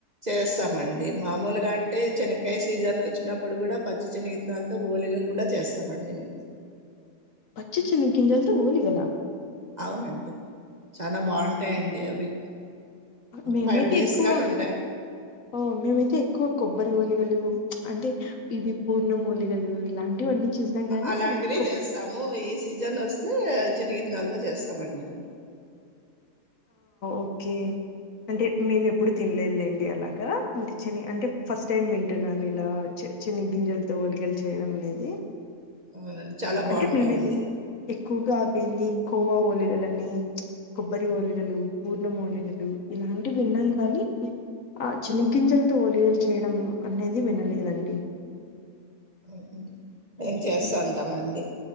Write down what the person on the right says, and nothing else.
చేస్తామండి మామూలుగా అంటే శన ఇంకాయ సీజన్ వచ్చినప్పుడు కూడా పచ్చి చిిన విత్నాలతో ఓలిగలు కూడా చేస్తామండి మేము
అవునండి చాలా బాగుంటాయంండి అవి
ఫైవ్ డేస్
గాని ఉంటాయి
అలాంటివి
చేస్తాము ఈ సీజన్ వస్త ే శనగిత్తనాలతో చేస్తామండి
అవునండి చాలా బాగుంటాయండి
అవు అఓకే మేం చేస్తా
ఉంటామ అండి